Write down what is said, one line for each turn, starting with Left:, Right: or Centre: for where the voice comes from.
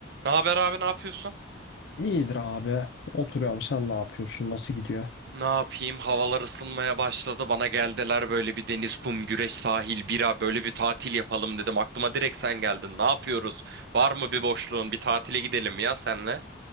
Right: Ne haber abi ne yapıyorsun?
Left: İyidir abi. Oturuyorum. Sen ne yapıyorsun? Nasıl gidiyor?
Right: Ne yapayım? Havalar ısınmaya başladı. Bana geldiler böyle bir deniz, kum, güreş, sahil, bira böyle bir tatil yapalım dedim. Aklıma direkt sen geldin. Ne yapıyoruz? Var mı bir boşluğun? Bir tatile gidelim ya senle.